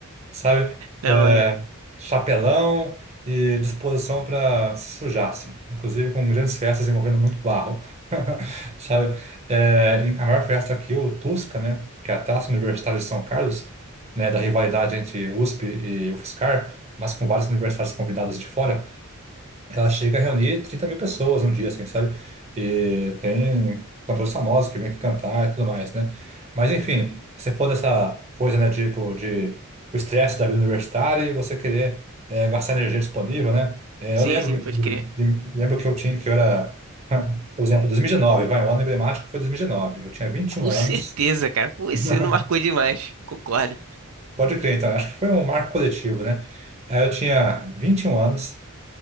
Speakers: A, on the right; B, on the right.
A: sabe?
B: Da
A: É,
B: hora.
A: chapelão e disposição para se sujar, assim. Inclusive com grandes festas envolvendo muito barro, <laughs> sabe? É, em- a maior festa aqui, o Tusca, né? Que é a Taça Universitária de São Carlos, né? Da rivalidade entre USP e UFSCar, mas com vários universitários convidados de fora ela chega a reunir 30 mil pessoas um dia, assim, sabe? E tem cantores famosos que vêm aqui cantar e tudo mais, né? Mas, enfim, se for dessa coisa, né, tipo, de o estresse da vida universitária e você querer eh, gastar energia disponível, né? Eh,
B: Sim,
A: eu lembro,
B: sim, pode crer.
A: de- lembro que eu tinha, que eu era, <laughs> por exemplo, 2019, vai, um ano emblemático foi 2019. Eu tinha 21
B: Com certeza,
A: anos,
B: cara. Pô, esse
A: <laughs>
B: ano marcou demais. Concordo.
A: pode crer, então, acho que foi um marco coletivo, né? Aí eu tinha 21 anos,